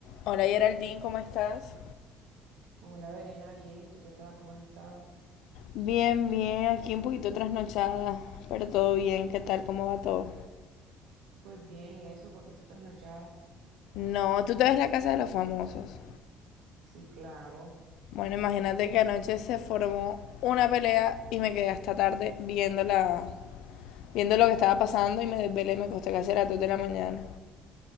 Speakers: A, on the left; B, on the right.
A: Hola Geraldine, ¿cómo estás?
B: Hola, Verena, bien. ¿Y tú qué tal? ¿Cómo has estado?
A: Bien, bien, aquí un poquito trasnochada, pero todo bien, ¿qué tal? ¿Cómo va todo?
B: Pues bien, ¿y eso? porque estás trasnochada?
A: No, tú te ves la casa de los famosos.
B: Sí, claro.
A: Bueno, imagínate que anoche se formó una pelea y me quedé hasta tarde viendo, la, viendo lo que estaba pasando y me desvelé, me acosté casi a las 2 de la mañana.